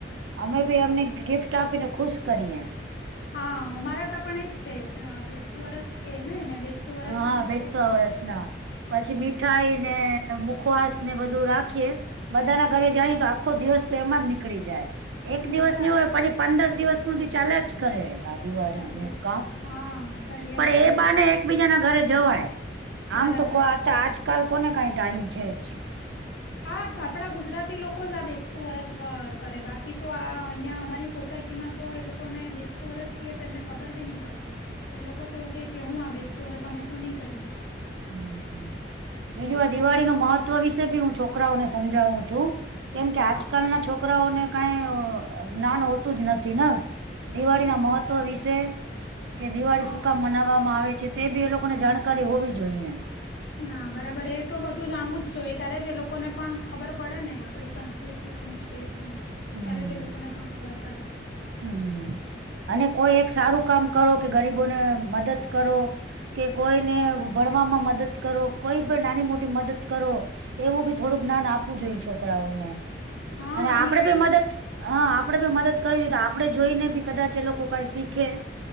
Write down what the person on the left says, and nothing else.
બરાબર
હા અમારા ત પણ એજ છે બેસતું વરસ છે ને ને બેસતું. વરસ
ના દિવસે
હમ
મજા
જાગ્યા
છે
હા ચાલ્યા
જ કરે
બરાબર
હા આપણા ગુજરાતી લોકો જ આ બેસતું વરસ કરે બાકી તો આ અહીિયાં અમારી સોસાયટીમાં તો એ લોકોને બેસતું વરસ કએ તો એમને ખબર બી નહી પડે. એ લોકો તો એવું કે કે હું આ બેસતો અ સમમે તો નહી કરીએ.
હા
બરાબર
હા
ના બરાબર એ તો બધું જાણવું જ જોઈએ ત્યારે જ એ લોકોને પણ ખબર પડે ને આપડી સંસ્કૃતિ થી શું છે શું નહી
ત્યારે જ એ લોકો ને પણ ખબર પડે.
હા
દિવાળીમાં